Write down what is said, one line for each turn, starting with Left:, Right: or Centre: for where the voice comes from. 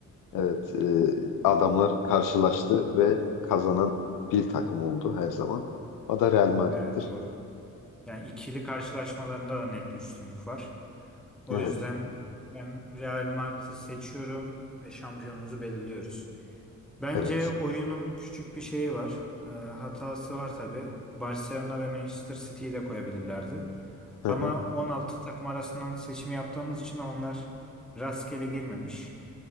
Left: evet e, adamlar karşılaştı ve kazanan bir takım oldu her zaman. O da Real Madrid'dir.
Centre: Evet doğru. Yani ikili karşılaşmalarında da net bir üstünlük var. O
Left: Evet,
Centre: yüzden ben Real Madrid'i seçiyorum ve şampiyonumuzu belirliyoruz. Bence
Left: evet.
Centre: oyunun küçük bir şeyi var. Ee, hatası var tabii. Barcelona ve Manchester City'yi de koyabilirlerdi.
Left: Hı
Centre: Ama
Left: hı.
Centre: 16 takım arasından seçimi yaptığımız için onlar rastgele girmemiş.